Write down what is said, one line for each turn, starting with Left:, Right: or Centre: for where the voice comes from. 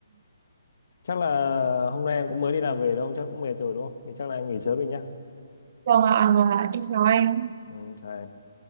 Left: chắc là hôm nay em cũng mới đi làm về đâu chắc cũng mệt rồi đúng không thì chắc là em nghỉ sớm đi nhá
Right: vâng ạ vâng ạ em chào anh
Left: ừ, chào em.